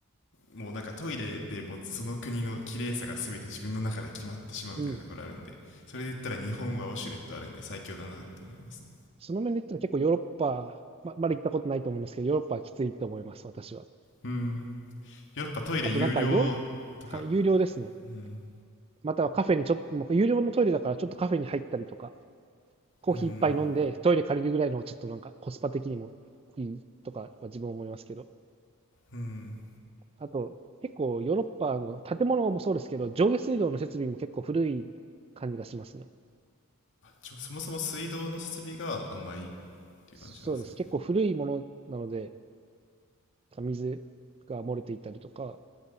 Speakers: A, on the left; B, on the right.
A: もうなんかトイレでもうその国の綺麗さが全て自分の中で決まってしまうみたいなところあるんでそれで言ったら日本はウォシュレットあるんで最強だなって思いますね
B: うん。その面で言ったら結構ヨーロッパ、ま、まだ行ったことないと思うんですけど、ヨーロッパはきついと思います、私は。
A: うんヨーロッパトイレ有料とか
B: あとなんかヨーロッパ、はい、有料ですね。
A: うん
B: またはカフェにちょっと、もう有料のトイレだからちょっとカフェに入ったりとか、コーヒー一杯飲んでトイレ借りるぐらいのちょっとなんかコスパ的にもいいとかは自分は思いますけど。
A: うんうん
B: あと、結構ヨーロッパの建物もそうですけど、上下水道の設備も結構古い感じがしますね。
A: ちょそもそも水道の設備があんまりっていう感じなんですね
B: そうです。結構古いものなので、水が漏れていたりとか、